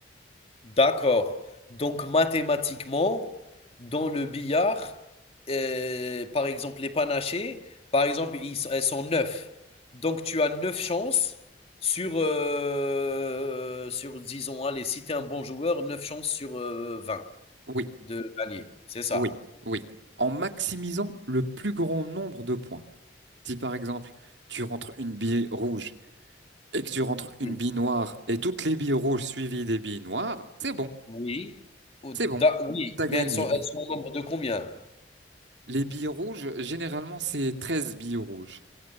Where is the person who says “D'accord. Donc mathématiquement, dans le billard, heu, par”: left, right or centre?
Left